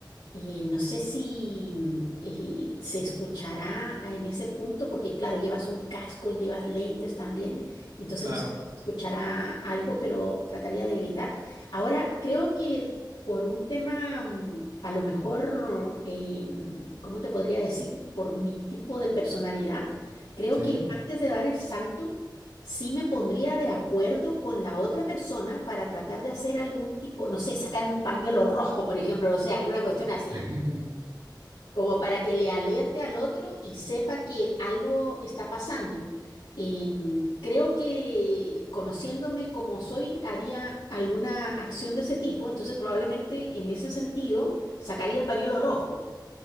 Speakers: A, on the left (about 80°); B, on the right (about 60°).
A: Eh, no sé si mm, eh, se escuchará en ese punto, porque claro, llevas un casco, llevas lentes también, entonces
B: Claro,
A: no sé si se escuchará algo, pero trataría de gritar. Ahora, creo que por un tema, mm, a lo mejor, eh, mm, ¿cómo te podría decir? Por mi tipo de personalidad, creo
B: Sí.
A: que antes de dar el salto, sí me pondría de acuerdo con la otra persona para tratar de hacer algún tipo, no sé, sacar un pañuelo rojo, por ejemplo, no sé, alguna cuestión así,
B: <laughs>
A: como para que le alerte al otro y sepa que algo está pasando. Em, creo que conociéndome como soy, haría alguna acción de ese tipo, entonces probablemente en ese sentido sacaría el pañuelo rojo,